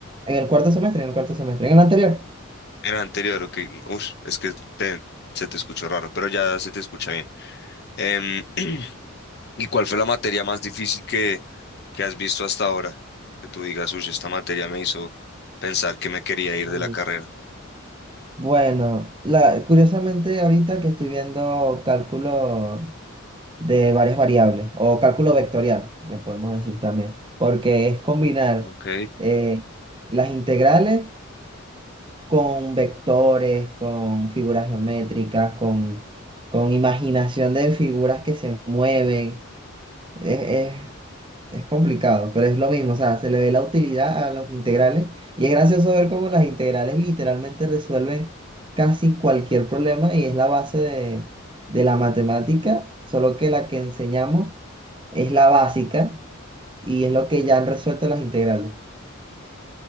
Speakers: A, on the right; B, on the left.
A: en el cuarto semestre, en el cuarto semestre, en el anterior.
B: era anterior, ok. Ush, es que te- se te escuchó raro, pero ya se te escucha bien. Em, <clears throat> ¿y cuál fue la materia más difícil que, que has visto hasta ahora? Que tú digas, uy, esta materia me hizo pensar que me quería ir
A: Mm.
B: de la carrera.
A: Bueno, la, curiosamente ahorita que estoy viendo cálculo de varias variables o cálculo vectorial, le podemos decir también, porque es combinar
B: Ok.
A: eh, las integrales con vectores, con figuras geométricas, con, con imaginación de figuras que se mueven. Es, es- es complicado, pero es lo mismo, o sea, se le ve la utilidad a los integrales y es gracioso ver cómo las integrales literalmente resuelven casi cualquier problema y es la base de de la matemática, solo que la que enseñamos es la básica y es lo que ya han resuelto las integrales.